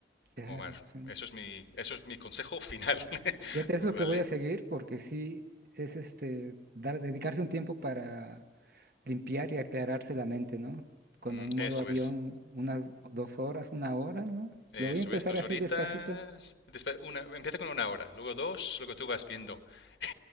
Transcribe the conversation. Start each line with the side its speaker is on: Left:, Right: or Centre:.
Right: Claro,
Left: Omar.
Right: sí.
Left: Eso es mi, eso es mi consejo final, <laughs>
Right: Fíjate, es
Left: ¿vale?
Right: lo que voy a seguir porque sí es este dar, dedicarse un tiempo para limpiar y aclararse la mente, ¿no? Con
Left: Mm,
Right: el modo
Left: Eso
Right: avión,
Left: es.
Right: unas dos horas, una hora, ¿no?
Left: Eso
Right: Lo voy a empezar
Left: es, dos
Right: así
Left: horitas.
Right: despacito.
Left: Después una, empieza con una hora, luego dos, luego tú vas viendo. <laughs>